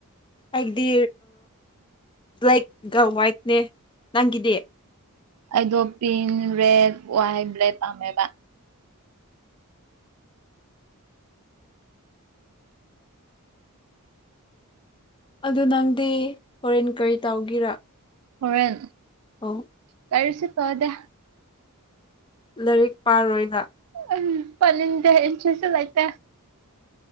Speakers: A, on the left (about 20°); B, on the right (about 80°).
A: ꯑꯩꯒꯤꯗꯤ ꯕ꯭ꯂꯦꯛꯒ ꯋꯥꯏꯠꯅꯦ ꯅꯪꯒꯤꯗꯤ
B: ꯑꯩꯗꯣ ꯄꯤꯡ ꯔꯦꯗ ꯋꯥꯏꯠ ꯕ꯭ꯂꯦꯛ ꯄꯥꯝꯃꯦꯕ꯫
A: ꯑꯗꯨ ꯅꯪꯗꯤ ꯍꯣꯔꯦꯟ ꯀꯔꯤ ꯇꯧꯒꯦꯔ
B: ꯍꯣꯔꯦꯟ
A: ꯑꯣ
B: ꯀꯔꯤꯁꯨ ꯇꯧꯗꯦ꯫
A: ꯂꯥꯏꯔꯤꯛ ꯄꯥꯔꯣꯏꯅ
B: ꯎꯝ ꯄꯥꯅꯤꯡꯗꯦ ꯏꯟꯇ꯭ꯔꯦꯁꯁꯨ ꯂꯩꯇꯦ꯫